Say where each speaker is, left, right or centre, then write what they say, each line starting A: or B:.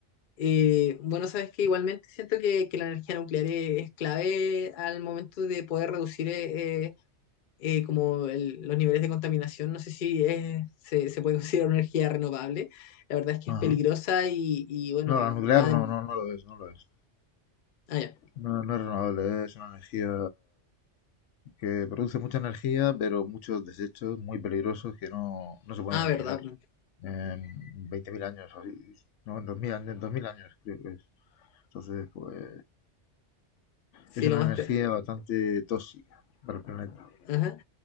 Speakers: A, on the left; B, on the left.
A: Eh, bueno, sabes que igualmente siento que, que la energía nuclear e- es, clave al momento de poder reducir eh, eh, eh, como el- los niveles de contaminación. No sé si es, se, se puede considerar una energía renovable. La verdad es que
B: Ajá.
A: es peligrosa y, y bueno,
B: No, la nuclear
A: nada
B: no,
A: de...
B: no, no lo es, no lo es.
A: Ah, ya.
B: No, no es renovable, es una energía que produce mucha energía, pero muchos desechos muy peligrosos que no, no se pueden
A: Ah,
B: eliminar
A: verdad.
B: en 20.000 años, o así, no, en 2000, años- en 2000 años creo que es. Entonces, pues
A: Sí,
B: es una
A: lo más...
B: energía
A: te-
B: bastante tóxica para el planeta.
A: Ajá.